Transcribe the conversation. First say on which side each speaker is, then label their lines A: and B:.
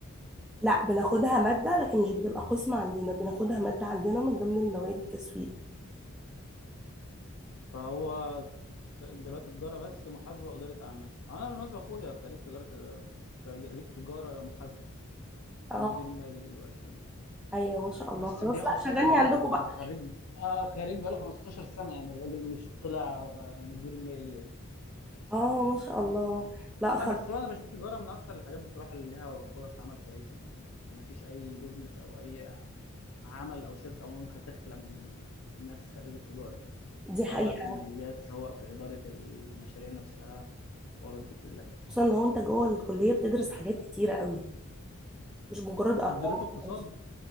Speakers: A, in the centre; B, on the left.
A: لا بناخدها ماده لكن مش بتبقى قسم عندنا بناخدها ماده عندنا من ضمن المواد التسويق
B: فهو دلوقتي تجاره بس محاسبه واداره اعمال انا بالمناسبه اخويا خريج تجاره خريج تجاره محاسبه
A: اه
B: هو مدير مالي دلوقتي يعني
A: ايوه ما شاء الله
B: بس
A: خلاص
B: بياخد
A: لا
B: فتره
A: شغلني
B: كبيره
A: عندكم
B: يعني
A: بقى
B: هو خريج اه خريج بقاله 15 سنه يعني الراجل مش طلع آه، مدير مالي يعني
A: اه ما شاء الله لا خلاص
B: لا بس هو انا بشوف تجاره من اكتر الحاجات بصراحه اللي ليها فرص عمل كويسه يعني ما ما فيش اي بيزنس او اي عمل او شركه عموما هتخلى من ناس خريج التجاره يعني
A: دي حقيقه
B: سواء بقى في الماليات سواء في اداره المشاريع نفسها الحوارات دي كلها يعني.
A: خصوصا لو انت جوه الكليه بتدرس حاجات كتيره قوي مش مجرد
B: انتوا
A: ارقام
B: ما بتدرسوا
A: وخلاص
B: اقتصاد